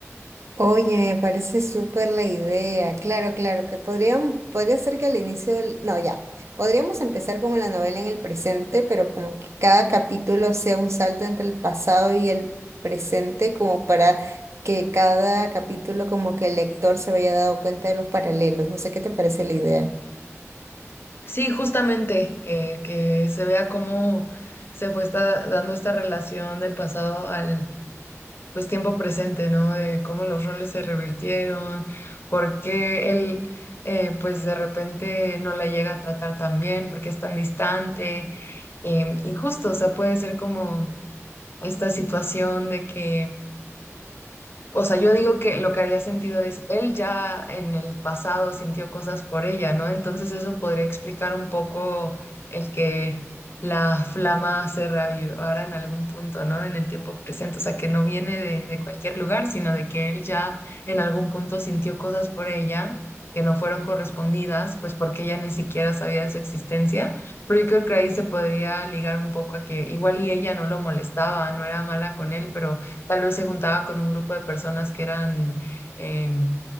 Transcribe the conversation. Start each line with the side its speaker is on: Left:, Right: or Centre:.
Right: Oye, me parece súper la idea. Claro, claro, que podríamos, podría ser que al inicio del... No, ya. Podríamos empezar como la novela en el presente, pero como que cada capítulo sea un salto entre el pasado y el presente, como para que cada capítulo como que el lector se vaya dando cuenta de los paralelos. No sé qué te parece la idea.
Left: Sí, justamente, eh, que se vea cómo se fue esta- dando esta relación del pasado al pues tiempo presente, ¿no? De cómo los roles se revirtieron, por qué él eh, pues de repente no la llega a tratar tan bien, por qué es tan distante, em, y justo, o sea, puede ser como esta situación de que o sea, yo digo que lo que haría sentido es, él ya en el pasado sintió cosas por ella, ¿no? Entonces eso podría explicar un poco el que la flama se reavivara en algún punto, ¿no? En el tiempo presente. O sea, que no viene de, de cualquier lugar, sino de que él ya en algún punto sintió cosas por ella que no fueron correspondidas, pues porque ella ni siquiera sabía de su existencia. Pero yo creo que ahí se podría ligar un poco a que igual y ella no lo molestaba, no era mala con él, pero Tal vez se juntaba con un grupo de personas que eran, em,